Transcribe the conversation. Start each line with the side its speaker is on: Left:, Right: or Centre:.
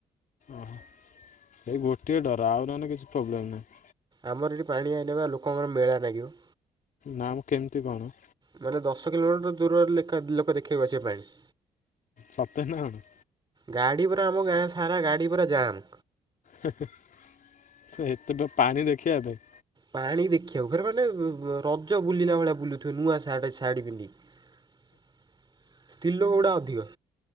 Left: ଏଇ ଗୋଟିଏ ଡର, ଆଉ ନହେଲେ କିଛି ପ୍ରୋବ୍ଲେମ୍ ନାହିଁ।
Right: ଆମର ଏଠି ପାଣି ଆଇଲେ ବା ଲୋକଙ୍କର ମେଳା ଲାଗିବ।
Left: ନାମ କେମିତି କଣ?
Right: ମାନେ ଦଶ କିଲୋମିଟର ଦୂରରେ ଲେକା ଲୋକ ଦେଖି ବାକୁ ଆସିବେ ପାଣି।
Left: ସତେ ନା କଣ?
Right: ଗାଡ଼ି ପୁରା ଆମ ଗାଁ ସାରା ଗାଡ଼ି ପୁରା ଜାମ୍।
Left: ହେ ହେ ଏତେବେ ପାଣି ଦେଖିବା ପାଇଁ।
Right: ପାଣି ଦେଖିବାକୁ ଫରେ ମାନେ ରଜ ବୁଲିଲା ଭଳିଆ ବୁଲୁଥିବେ ନୂଆ। ଥା ଡେ ଶାଢ଼ୀ ପିନ୍ଧି କି ସ୍ତ୍ରୀ ଲୋକଗୁଡା ଅଧିକ।